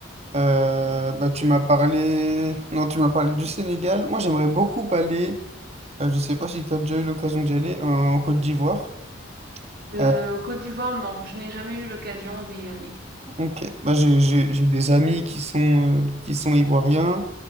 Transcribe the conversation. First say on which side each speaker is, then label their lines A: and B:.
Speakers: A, on the right; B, on the right.
A: Euh, bah, tu m'as parlé... Non, tu m'as parlé du Sénégal. Moi, j'aimerais beaucoup aller, euh, je sais pas si tu as déjà eu l'occasion d'y aller, en, en Côte d'Ivoire.
B: Euh,
A: Euh,
B: au Côte d'Ivoire, non, je n'ai jamais eu l'occasion d'y aller.
A: ok, bah, j'ai, j'ai, j'ai des amis qui sont, euh, qui sont ivoiriens,